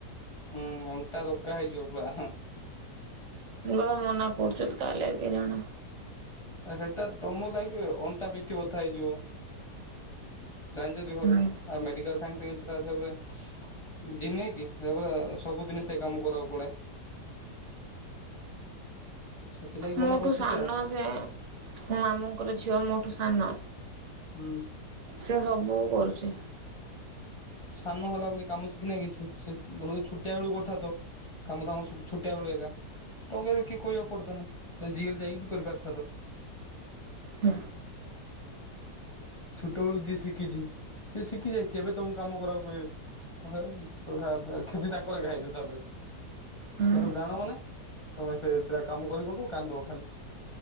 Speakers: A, on the left (about 40°); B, on the right (about 55°).
A: ହୁଁ ଅଣ୍ଟା ରକା ହେଇଯିବ ପୁରା।
B: ବାବା ମନା କରୁଛତି କାଲି କେଜାଣି।
A: ଆ ସେଟା ତମ ଲାଗି ଅଣ୍ଟା ପିଠି ବଥା ହେଇଯିବ। ଜାଣିଛନ୍ତି ଘରେ
B: ହୁଁ
A: ଆଉ ମେଡିକାଲ ସାଙ୍ଗେ ସାଙ୍ଗେ <unintelligible> ଦିନେ କି ସେପୁରା ସବୁଦିନେ ସେ କାମ କରିବାକୁ ପଡେ। ସେଥିଲାଗି ମନା
B: ମୋଠୁ
A: କରୁଛନ୍ତି
B: ସାନ
A: ଆଉ
B: ସେ ମାମୁ। ତାଙ୍କର ଝିଅ ମୋଠୁ ସାନ
A: ହୁଁ।
B: ସିଏ ସବୁ କରୁଛି।
A: ସାନ ହେଲା ବୋଲି କାମ ଶିଖିନାହିଁ କି ସେ ତମେ ଯଦି ଛୋଟିଆ ବେଳୁ କରିଥାନ୍ତ କାମ ଦାମ ସବୁ ଛୋଟିଆ ବେଳୁ ଏକା ତମ କେବେ କି କହିବାକୁ ପଡଥାନା ତ ଜେଲ ଯାଇକି କରିପାରିଥାନ୍ତ।
B: ହୁଁ।
A: ଛୋଟବେଳୁ ଯିଏ ଶିଖିଛି। ସିଏ ଶିଖି ଯାଇଛି ଏବେ ତମକୁ କାମ କରିଆକୁ କହିବେ ତ କ୍ଷତି ତାଙ୍କର ଏକା ହେଇଯିବ ତାପରେ ତମେ
B: ହୁଁ
A: ସବୁ ଜାଣ ମାନେ ତମେ ସେ ସେଟା କାମ କରିବ କୁ କାନ୍ଦ ଖାଲି